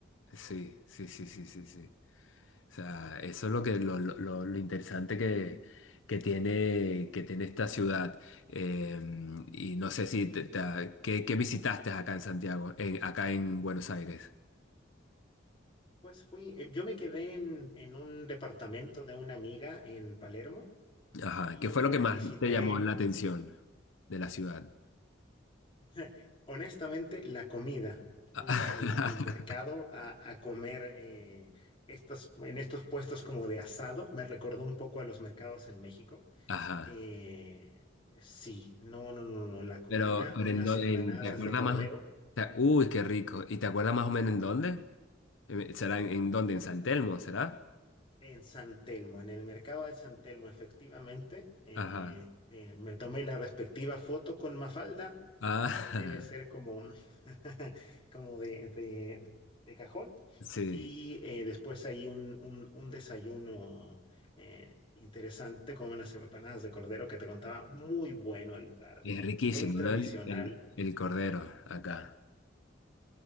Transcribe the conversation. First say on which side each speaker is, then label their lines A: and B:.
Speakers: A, on the left; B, on the left.
A: Sí, sí, sí, sí, sí, sí. O sea, eso es lo que lo, lo- lo- lo interesante que, que tiene, que tiene esta ciudad. Eh, y no sé si te- te ¿qué, qué visitaste acá en Santiago, en- acá en Buenos Aires?
B: Pues fui, eh, yo me quedé en, en un departamento de una amiga en Palermo
A: Ajá.
B: y
A: ¿Qué fue lo
B: pues
A: que más
B: visité
A: te llamó la atención de la ciudad?
B: <laughs> Honestamente, la comida. Fui
A: <laughs>
B: al, al mercado a, a comer eh, estos, en estos puestos como de asado. Me recordó un poco a los mercados en México.
A: Ajá.
B: Eh, sí, no, no, no, no. La comida,
A: Pero, pero
B: unas
A: en, dó-
B: empanadas
A: en- ¿te acuerdas
B: de cordero
A: más? te- uy, qué rico. ¿Y te acuerdas más o menos en dónde? Eh, ¿Será en, en dónde? ¿En San Telmo, será?
B: en San Telmo, en el mercado de San Telmo, efectivamente. eh,
A: Ajá.
B: eh, me tomé la respectiva foto con Mafalda,
A: Ah,
B: que debe ser como, <laughs> como de, de de cajón.
A: <laughs> sí.
B: y eh, después hay un, un- un desayuno eh, interesante con unas empanadas de cordero que te contaba, muy bueno el lugar,
A: Es riquísimo,
B: muy tradicional,
A: ¿no? El, el- el cordero acá.